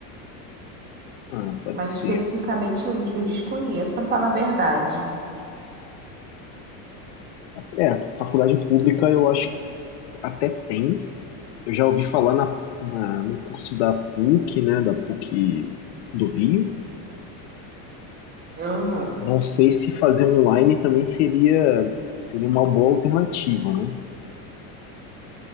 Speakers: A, on the left; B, on the right.
A: Ah, pode
B: mas
A: ser.
B: especificamente eu, eu desconheço, para falar a verdade.
A: É, faculdade pública eu acho que até tem. Eu já ouvi falar na, na- no curso da PUC, né, da PUC do Rio.
B: Aham.
A: Não sei se fazer online também seria, seria uma boa alternativa, né?